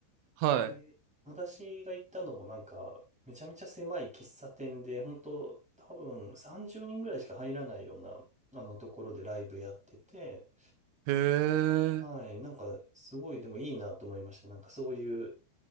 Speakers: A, on the right (about 80°); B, in the centre.
A: はい。
B: で、私が行ったのもなんか、めちゃめちゃ狭い喫茶店で、本当多分30人ぐらいしか入らないような、あのところでライブやってて、
A: へえ。
B: はい、なんか、すごいでもいいなと思いました。なんかそういう、